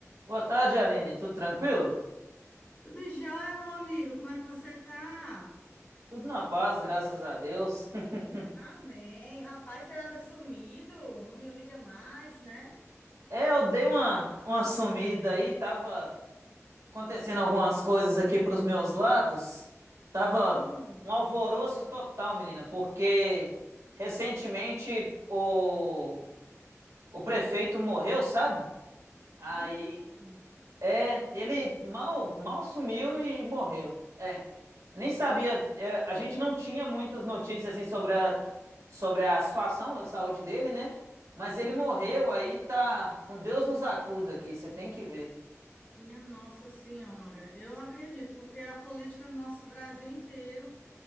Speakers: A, on the right (about 80°); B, on the left (about 30°).
A: Boa tarde, Aline. Tudo tranquilo?
B: Tudo jóia, meu amigo? Como é que você tá?
A: Tudo na paz, graças a Deus. <laughs>
B: Amém. Rapaz, você anda sumido, não me liga mais, né?
A: É, eu dei uma, uma sumida aí, tava acontecendo algumas coisas aqui pros meus lados. Tava
B: Hum,
A: um alvoroço total, menina, porque recentemente o, o prefeito morreu, sabe? Aí
B: minha nossa,
A: É, ele mal, mal assumiu e morreu. É, nem sabia. é, a gente não tinha muitas notícias assim sobre a, sobre a situação da saúde dele, né? Mas ele morreu, aí tá. Um Deus nos acuda aqui, você tem que ver.
B: minha Nossa Senhora. Eu acredito, porque a política no nosso Brasil inteiro